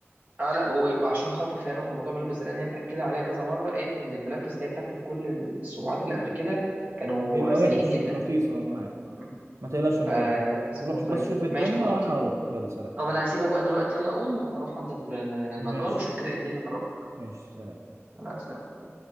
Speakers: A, on the right (about 35°); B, on the right (about 85°).
A: اه لا وعشان خاطري خلي بالك من موضوع الملبس ده لان هي مأكده عليها كذا مره قالت لي ان الملبس ده بتاكله في كل الصباعات اللي قبل كده كانوا
B: بيبقى
A: سيئين
B: وحش
A: جدا
B: رخيص اه من
A: مم.
B: ما تقلقش من
A: فركز
B: الموضوع ده
A: في
B: روح
A: النقطه
B: بس
A: دي
B: شوف الدنيا
A: ماشي خلاص
B: وانا هروح يلا سلام
A: طب انا هسيبك بقى دلوقتي يلا قوم اروح عند النجار
B: ماشي
A: واشوف كده إيه الدنيا اعرفك
B: ماشي سلام
A: انا